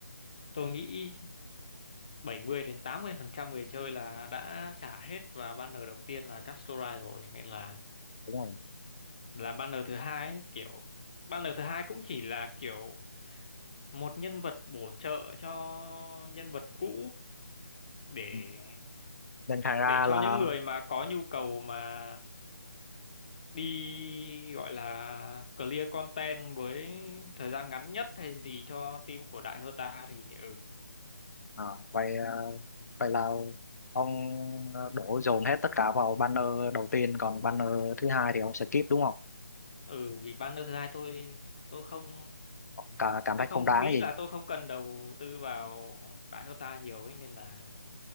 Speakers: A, on the left (about 20°); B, on the left (about 60°).
A: tôi nghĩ 70 đến 80% người chơi là đã xả hết vào banner đầu tiên là Castorai rồi nên là
B: đúng rồi
A: là banner thứ hai ấy, kiểu banner thứ hai cũng chỉ là kiểu một nhân vật bổ trợ cho nhân vật cũ để
B: Ừ. nên thành ra
A: để cho
B: là
A: những người mà có nhu cầu mà đi gọi là clear content với thời gian ngắn nhất hay gì cho team của Đại Hơ Ta thì ừ
B: ờ, vậy ờ, vậy là ông ờ, đổ dồn hết tất cả vào banner đầu tiên còn banner thứ hai thì ông skip đúng không
A: ừ vì banner thứ hai tôi tôi không
B: cảm, cảm
A: tôi
B: thấy
A: không
B: không đáng
A: nghĩ
B: cái gì
A: là tôi không cần đầu tư vào Đại Hơ Ta nhiều ấy nên là